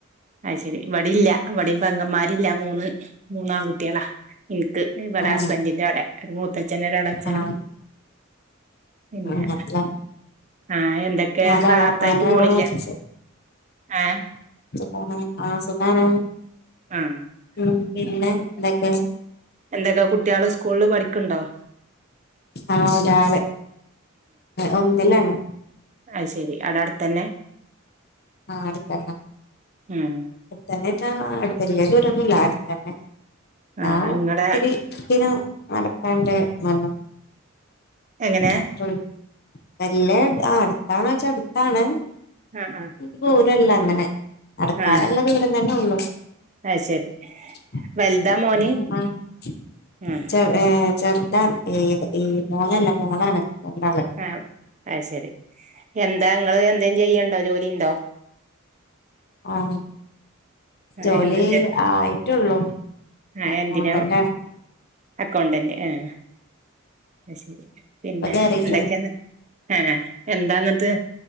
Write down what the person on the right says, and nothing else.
അയ് ശെരി ഇവടില്ല. ഇവടിം പെങ്ങമ്മാരില്ല മൂന്ന് മൂന്നാൺകുട്ട്യാളാ. ഇൻക്ക് ഇവടെ
ഹസ്ബന്റിന്റോടെ ഒരു മൂത്തച്ഛനും ഒരു എളച്ഛനും.
പിന്നെ
ആ എന്തൊക്കെ
റാത്താക്ക്
പോണില്ലേ?
ഏഹ്.
ആഹ്
പിന്നെ
എന്തൊക്കെ കുട്ട്യാള് സ്കൂളില് പഠിക്ണ്ടോ?
അയ് ശെരി അവിടെ അടുത്തന്നെ.
ഉം
ആ
ഇങ്ങളെ
എങ്ങനെ
ആ ആ
ആ
അത് ശരി
വലുതാ മോന് ആ
ആഹ് അശരി എന്താ നിങ്ങള് എന്തേലുംചെയ്ണ്ടോ ജോലി ഇണ്ടോ?
ആ
എന്ത്
ആ
എന്തിനാ അക്കൗണ്ടന്റ് ആഹ് അ ശരി പിന്നെ
എന്തൊക്കെയന്ന് ആ എന്താന്ന്ട്ട്